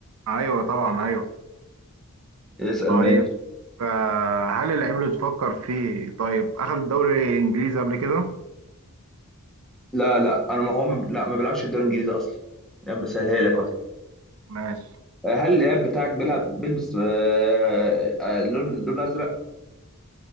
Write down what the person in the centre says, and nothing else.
اسال
ماشي
لا لا انا ما هو لا ما بيلعبش في الدوري الانجليزي اصلا يعني بسهلها لك
اهو
هل اللاعب بتاعك بيلعب بيلبس آه، آه، لون لون ازرق